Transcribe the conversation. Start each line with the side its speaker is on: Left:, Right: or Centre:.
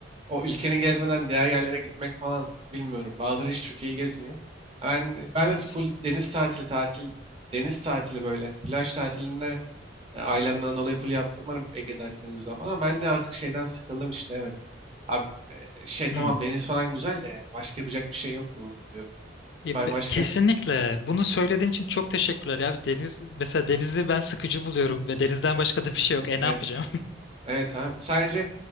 Right: o ülkeni gezmeden diğer yerlere gitmek falan bilmiyorum. Bazıları hiç Türkiye'yi gezmiyor. Ben ben de
Left: Evet.
Right: full deniz tatili tatil deniz tatili böyle plaj tatilinde e, ailemden dolayı full yaptırmadım Ege'de Akdeniz'de falan. Ben de artık şeyden sıkıldım işte evet. Abi e, şey tamam
Left: Hı.
Right: deniz falan güzel de yani başka yapacak bir şey yok ki burada diyorum.
Left: E,
Right: Ben
Left: be-
Right: başka
Left: Kesinlikle. Bunu söylediğin için çok teşekkürler ya. Bir Deniz, mesela denizi ben sıkıcı buluyorum ve denizden başka da bir şey yok. E ne
Right: evet
Left: yapacağım?
Right: Evet abi. Sadece